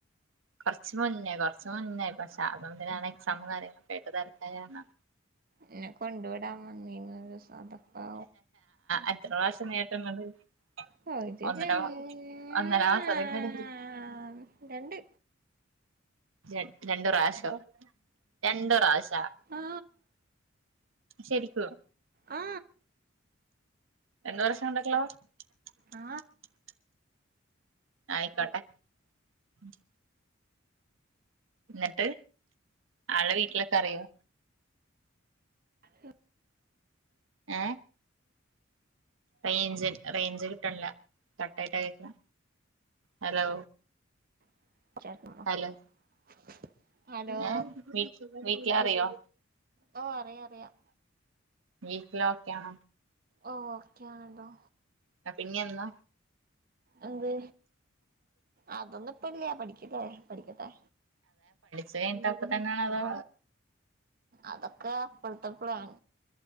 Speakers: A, on the right; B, on the right.
A: കൊർച്ച് മുന്നേ കൊർച്ച് മുന്നേ അപ്പം ഞാൻ എക്സാം കാര്യങ്ങളൊക്കെ ആയിട്ട് തെരക്ക
B: എന്നെകൊണ്ട് വിടാൻ വന്നീനു ഒരീസം ഒന്റെ ഇപ്പാ
A: എത്ര <unintelligible>
B: പോയിട്ട്
A: ഒന്നര
B: <unintelligible>
A: ഒന്നര മാസത്തിന്റെടക്ക്
B: രണ്ട്
A: രണ്ടരണ്ട്പ്രാശം രണ്ട് പ്രാശോ
B: ആ
A: ശെരിക്കും
B: ആ
A: <unintelligible>
B: ആ
A: അയ് കോട്ടെ <unintelligible> ന്നിട്ട് ആളെ വീട്ടിലൊക്കെ അറിയോ
B: <unintelligible>
A: ഏ റേഞ്ച് റേഞ്ച് കിട്ടനില്ല കട്ട് ആയിട്ട കേക്ക ഹലോ
B: <unintelligible>
A: ഹലോ
B: ഹലോ
A: ഏ വെ വെയ്റ്റ് ചെയ്യാൻ അറിയോ
B: ഓ അറിയാം അറിയാം
A: വീട്ടിൽ ഒക്കെ ആണോ
B: ഓക്കെയാണല്ലോ
A: അപ്പ ഇഞ്ഞ് എന്ന
B: എന്ത് അതൊന്നും ഇപ്പ ഇല്ലാ പഠിക്കല്ലേ പഠിക്കട്ടെ
A: ഇത് കഴിഞ്ഞിട്ട് അപ്പ തന്നെ ആണോ അതോ
B: അതൊക്കെ അപ്പളത്തെ പ്ലാൻ